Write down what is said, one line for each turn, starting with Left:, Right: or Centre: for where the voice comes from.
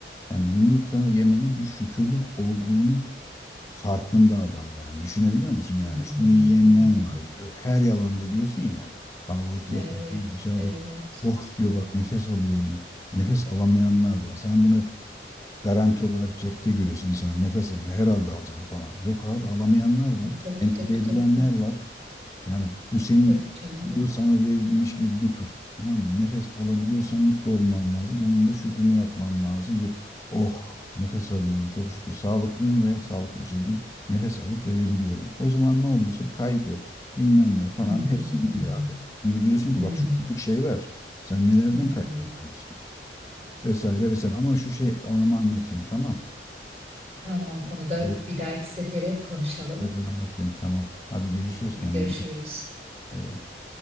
Left: yani yumurta yemenin bir şükürlük olduğunu farkında adam yani. Düşünebiliyor musun? Yani
Right: Hı hı,
Left: şunu yiyemeyen
Right: hı hı.
Left: var diyor. Her yalanda diyorsun ya kahvaltı
Right: Evet,
Left: yaparken dışarıda
Right: evet.
Left: oh diyor bak nefes alıyorum. Nefes alamayanlar var. Sen bunu garanti olarak cepte görüyorsun insana nefes ama herhalde alacaksın falan. Yok abi alamayanlar var.
Right: Tabii
Left: Entübe
Right: tabii
Left: edilenler
Right: tabii
Left: var. Yani bu senin
Right: tabii canım.
Left: bu sana verilmiş bir lütuf. Tamam mı? Nefes alabiliyorsan mutlu olman lazım. Onun da şükrünü yapman lazım. Bir, oh nefes alıyorum çok şükür sağlıklıyım ve sağlıklı bir şekilde nefes alıp verebiliyorum. O zaman ne oluyorsun? Kaygı bilmem ne falan
Right: Hı hı,
Left: hepsi gidiyor
Right: hı hı.
Left: abi. Çünkü diyorsun ki
Right: Hı
Left: bak
Right: hı,
Left: şu küçük şey var. Sen nelerden
Right: hı
Left: kaygılanıyorsun?
Right: hı.
Left: Vesaire vesaire. Ama şu şey anımı anlatayım tamam.
Right: Tamam, onu da
Left: Bir-
Right: bir dahaki sefere konuşalım.
Left: bir bir anlatayım tamam. Hadi görüşürüz
Right: Hadi
Left: kendine
Right: görüşürüz.
Left: iyi bak. Bay bay.